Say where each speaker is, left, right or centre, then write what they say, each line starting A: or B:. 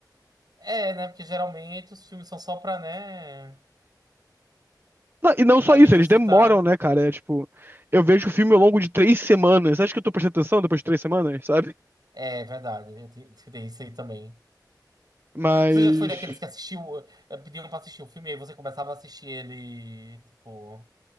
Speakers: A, on the right; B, on the right.
A: É, né? Porque geralmente os filmes são só pra, né?
B: Não, e não só
A: Ali
B: isso,
A: você
B: eles demoram,
A: tá.
B: né, cara? É tipo, eu vejo o filme ao longo de três semanas. Acho que eu tô prestando atenção depois de três semanas, sabe?
A: É verdade, eu te- <laughs> te- tem isso aí também.
B: Mas.
A: Você já foi daqueles que assistiu, eh, pediram pra assistir o filme e aí você começava a assistir ele, tipo.